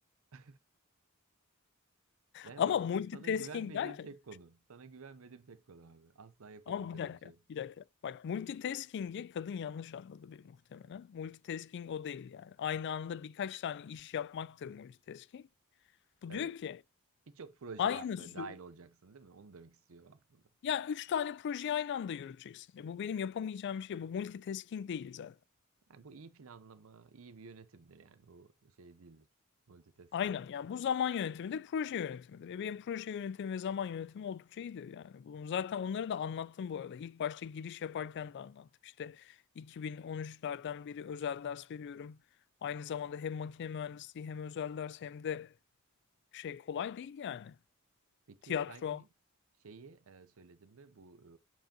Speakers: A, on the right; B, on the left.
A: <laughs> Yani
B: Ama
A: bak mesela
B: multitasking
A: sana güvenmediğim
B: derken
A: tek konu. Sana güvenmediğim tek konu abi. Asla yapamayacağım
B: ama bir dakika,
A: bir şey.
B: bir dakika. Bak multitasking'i kadın yanlış anladı bir muhtemelen. Multitasking o değil yani. Aynı anda birkaç tane iş yapmaktır multitasking. Bu
A: Evet.
B: diyor ki
A: Birçok proje
B: Aynı
A: yapmaya
B: sü
A: dahil olacaksın değil mi? Onu demek istiyor aslında.
B: ya üç tane projeyi aynı anda yürüteceksin. E bu benim yapamayacağım bir şey. Bu multitasking değil zaten.
A: Yani bu iyi planlama, iyi bir yönetimdir yani. Bu şey değildir. Multitask
B: Aynen.
A: değildir.
B: Yani bu zaman yönetimidir, proje yönetimidir. E benim proje yönetimi ve zaman yönetimi oldukça iyidir yani. Bunu zaten onları da anlattım bu arada. İlk başta giriş yaparken de anlattım. İşte 2013'lerden beri özel ders veriyorum. Aynı zamanda hem makine mühendisliği hem özel ders hem de şey kolay değil yani.
A: Peki
B: Tiyatro.
A: kanki şeyi e, söyledim mi? Bu e,